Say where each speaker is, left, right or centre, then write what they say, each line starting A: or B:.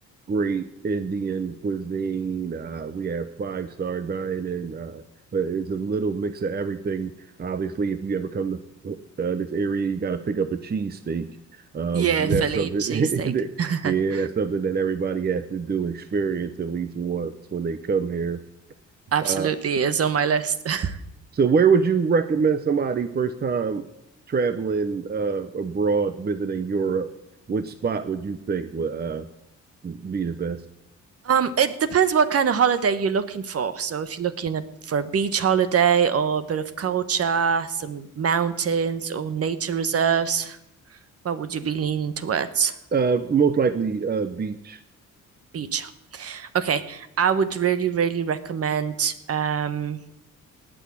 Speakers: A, on the right (about 30°); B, on the right (about 50°).
A: great Indian cuisine. Uh, we have five star dining. Uh, but it's a little mix of everything. Obviously, if you ever come to uh, this area, you got to pick up a cheesesteak. Um,
B: Yeah, Philly
A: that's something
B: cheesesteak.
A: <laughs> that
B: <laughs>
A: yeah, that's something that everybody has to do, experience at least once when they come here.
B: Absolutely
A: Uh,
B: is on my list. <laughs>
A: so where would you recommend somebody first time traveling uh, abroad, visiting Europe? Which spot would you think would uh, be the best?
B: Um, it depends what kind of holiday you're looking for. So if you're looking at, for a beach holiday or a bit of culture, some mountains or nature reserves, what would you be leaning towards?
A: Uh, most likely uh, beach.
B: Beach. Okay, I would really, really recommend um,